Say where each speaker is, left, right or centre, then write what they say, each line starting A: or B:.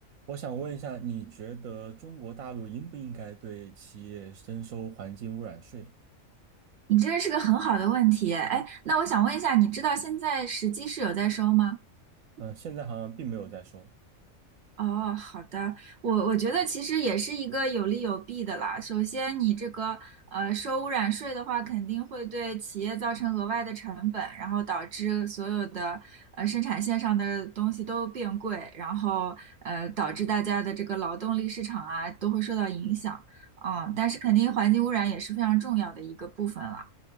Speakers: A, on the right; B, on the right.
A: 我想问一下，你觉得中国大陆应不应该对企业征收环境污染税？
B: 你这是个很好的问题，哎，那我想问一下，你知道现在实际是有在收吗？
A: 嗯、现在好像并没有在收。
B: 哦，好的，我我觉得其实也是一个有利有弊的啦。首先，你这个呃收污染税的话，肯定会对企业造成额外的成本，然后导致所有的呃生产线上的东西都变贵，然后呃导致大家的这个劳动力市场啊都会受到影响。嗯，但是肯定环境污染也是非常重要的一个部分了。